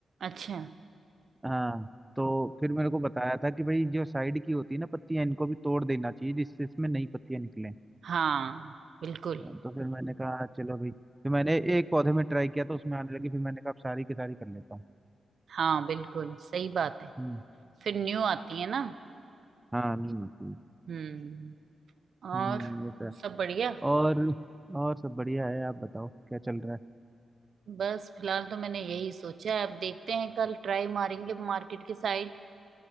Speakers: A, on the right; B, on the right.
A: अच्छा
B: हाँ तो फिर मेरे को बताया था कि भाई जो साइड की होती है ना पत्तियां इनको भी तोड़ देना चाहिए जिससे इसमें नई पत्तियां निकलें
A: हाँ बिल्कुल
B: हाँ, तो फिर मैंने कहा चलो भाई फिर मैंने एक पौधे में ट्राई किया तो उसमें आने लगी फिर मैंने कहा अब सारी की सारी कर लेता हूँ
A: हाँ बिल्कुल सही बात है
B: हम्म
A: फिर न्यू आती है ना
B: हाँ नीम होती है
A: हम्म और
B: हम्म ये सर
A: सब बढ़िया
B: और और सब बढ़िया है आप बताओ क्या चल रहा है
A: बस फिलहाल तो मैंने यही सोचा है अब देखते हैं कल ट्राई मारेंगे मार्केट की साइड